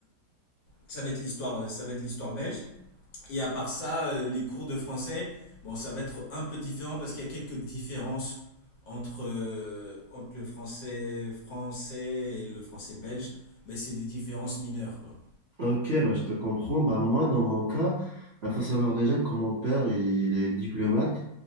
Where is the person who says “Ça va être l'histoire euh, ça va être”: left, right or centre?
Left